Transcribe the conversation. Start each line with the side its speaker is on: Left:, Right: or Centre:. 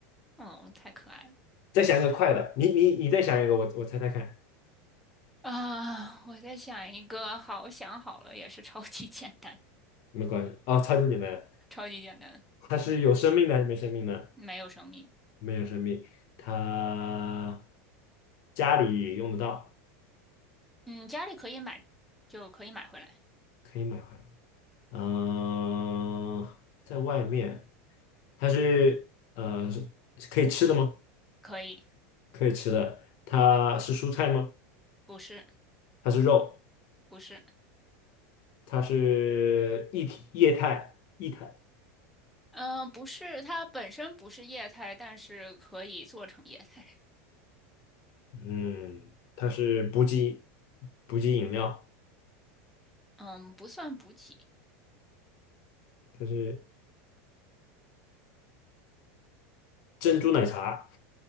Centre: 嗯，太可爱了
Left: 再想一个快的，你你你再想一个，我我猜猜看，
Centre: 啊！我在想一个，好想好了，也是超级简单，
Left: 没关系，哦，超级简单，
Centre: 超级简单，
Left: 它是有生命的还是没生命的？
Centre: 没有生命。
Left: 没有生命，它家里用不到，
Centre: 嗯，家里可以买，就可以买回来。
Left: 可以买回来。嗯、在外面，它是呃是是可以吃的吗？
Centre: 可以，
Left: 可以吃的，它是蔬菜吗？
Centre: 不是，
Left: 它是肉，
Centre: 不是。
Left: 它是液体液态液态
Centre: 嗯、呃不是，它本身不是液态，但是可以做成液态。
Left: 嗯，它是补给补给饮料，
Centre: 嗯，不算补体。
Left: 它是珍珠奶茶。